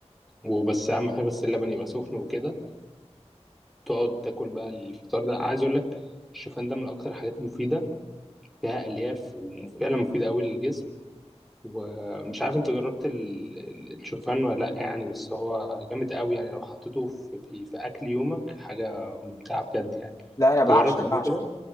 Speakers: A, in the centre; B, on the left (about 30°).
A: وبس أهم حاجة بس اللبن يبقى سخن وكده تقعد تاكل بقى الفطار ده عايز أقول لك الشوفان ده من أكتر الحاجات المفيدة فيها ألياف وفعلا مفيدة أوي للجسم ومش عارف انت جربت ال- ال- الشوفان ولا لا يعني بس هو جامد قوي يعني لو حطيته في في, في اكل يومك حاجه ممتعه بجد يعني
B: لا انا
A: انت
B: بعشق
A: جربت
B: بعشق
A: قبل كده